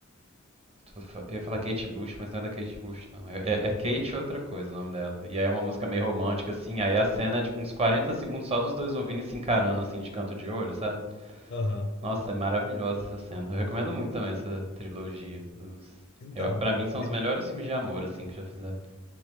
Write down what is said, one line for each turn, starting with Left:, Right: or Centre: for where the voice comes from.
Right: Tu fa- Eu ia falar Kate Bush, mas não é da Kate Bush, não. É, é- é Kate outra coisa o nome dela. E aí é uma música meio romântica, assim. Aí a cena é tipo uns 40 segundos só dos dois ouvindo e se encarando, assim, de canto de olho, sabe?
Left: Aham.
Right: Nossa, é maravilhosa essa cena. Eu recomendo muito também essa trilogia dos.
Left: Então.
Right: Eu, pra mim são
Left: é,
Right: os melhores filmes de amor, assim, que já fizeram.